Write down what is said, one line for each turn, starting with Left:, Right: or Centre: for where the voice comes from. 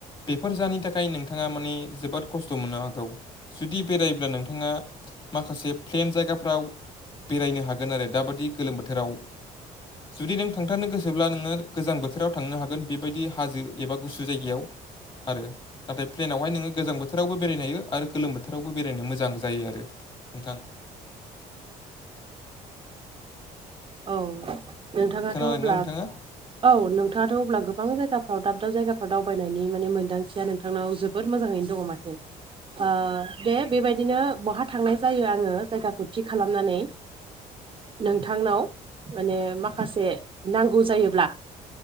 Left: बेफोर जाहोननि थाखाय नोंथाङा माने जोबोद खस्थ' मोननो हागौ जुदि बेरायोब्ला नोंथाङा माखासे प्लेन जायगा फ्राव बेरायनो हागोन आरो दाबायदि गोलोम बोथोराव जुदि नों थांथारनो गोसोब्ला नोङो गोजां बोथोराव थांनो हागोन बेबायदि हाजो एबा गुसु जायगायाव आरो नाथाय प्लेनावहाय नोङो गोजां बोथोरावबो बेरायनो हायो आरो गोलोम बोथोरावबो बेरायनो मोजां जायो आरो नोंथां
Right: औ नोंथाङाथ'
Left: खोनादोंना
Right: अब्ला
Left: नोंथाङा
Right: औ नोंथाङाथ' अब्ला गोबां जायगाफ्राव दाब दाब जायगाफोराव दावबायनायनि माने मोनदांथिया नोंथांनाव जोबोद जोबोद मोजाङैनो दङ माथो ओ दे बेबायदिनो बहा थांनाय जायो आङो जायगाखौ थि खालामनानै नोंथांनाव माने माखासे नांगौ जायोब्ला